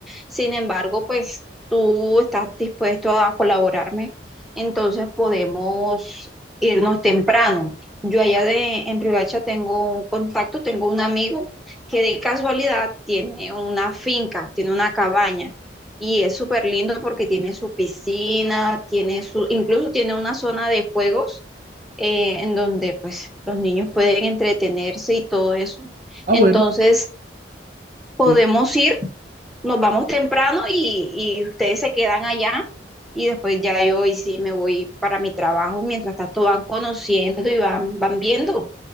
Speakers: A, in the centre; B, on the right.
A: Sin embargo, pues tú estás dispuesto a colaborarme, entonces podemos irnos temprano. Yo allá de en Riohacha tengo un contacto, tengo un amigo que de casualidad tiene una finca, tiene una cabaña y es súper lindo porque tiene su piscina, tiene su, incluso tiene una zona de juegos eh, en donde pues los niños pueden entretenerse y todo eso.
B: Ah,
A: Entonces,
B: bueno,
A: podemos
B: sí.
A: ir, nos vamos temprano y, y ustedes se quedan allá y después ya yo y sí me voy para mi trabajo. Mientras tanto van conociendo y van, van viendo.